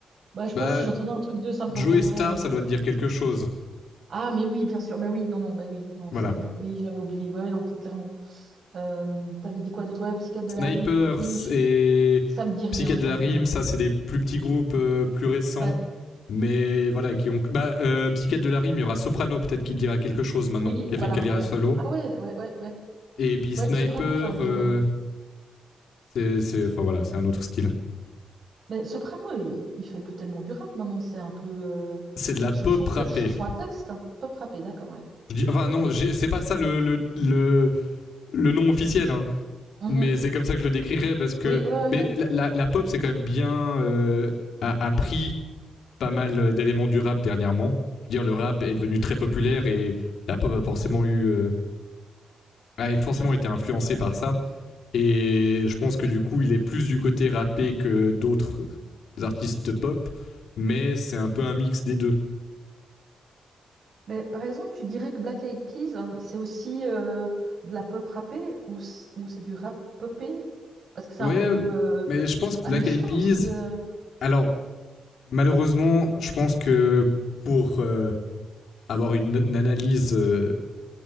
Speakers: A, on the right; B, on the left.
A: Bah, je
B: bah,
A: pense que si j'entendais un truc d'eux, ça me reviendrait,
B: Joey Star,
A: mais...
B: ça doit te dire quelque chose.
A: Ah, mais oui, bien sûr, mais oui, non, non, mais oui, non,
B: Voilà.
A: c'est évident. Oui, j'avais oublié, oui, non, t- clairement. Euh, t'avais dit quoi d'autre? Ouais, psychiatre de
B: Sniper
A: la ri- rime, je-
B: et
A: ça me dit rien,
B: Psychiatre
A: ça
B: de la
A: me
B: rime,
A: dit rien.
B: ça c'est des plus petits groupes euh, plus récents.
A: Ouais.
B: Mais voilà, qui ont. Bah, euh, Psychiatre de la rime, il y aura Soprano peut-être qui te dira quelque chose maintenant,
A: Oui,
B: qui a
A: voilà,
B: fait une carrière
A: ouais.
B: solo.
A: Ah ouais, ouais, ouais, ouais.
B: Et puis
A: Ouais,
B: Sniper,
A: Soprano, je-
B: euh,
A: j'en aime.
B: c'est, c'est, enfin voilà, c'est un autre style.
A: Mais Soprano, il, il fait plus tellement du rap maintenant, c'est un peu euh,
B: C'est de la
A: chanson,
B: pop rappée.
A: presque chanson à texte. hein. Pop rappé, d'accord, ouais.
B: Je dis, enfin
A: Ok.
B: non, j'ai- c'est pas ça le le, le, le nom officiel, hein.
A: Mhm.
B: mais c'est comme ça que je le décrirais parce que,
A: Oui, ouais, ouais,
B: mais
A: ouais.
B: la, la, la pop c'est quand même bien euh, a, a pris pas mal d'éléments du rap dernièrement. Je veux dire, le rap est devenu très populaire et la pop a forcément eu, euh, a forcément été influencée par ça. Et je pense que du coup, il est plus du côté rappé que d'autres artistes pop, mais c'est un peu un mix des deux.
A: Mais par exemple, tu dirais que Black Eyed Peas, hein, c'est aussi euh, de la pop rappée ou c- ou c'est du rap popé? Parce que c'est
B: Ouais,
A: un peu euh,
B: mais je pense que
A: à
B: Black
A: mi-chemin
B: Eyed Peas.
A: aussi. euh.
B: Alors, malheureusement, je pense que pour euh, avoir une, une analyse euh,